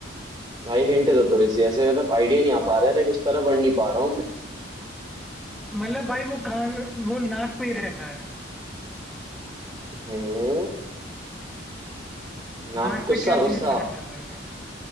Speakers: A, on the right; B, in the centre.
A: भाई हिंट दो थोड़ी सी ऐसे मतलब आइडिया नहीं आ पा रहा है लाइक उस तरह बढ़ नहीं पा रहा हूँ मैं
B: मतलब भाई वो कान वो नाक पे ही रहता है
A: हैं नाक
B: नाक
A: गुस्सा
B: पे क्या चीज
A: गुस्सा
B: पहनते हो भाई यार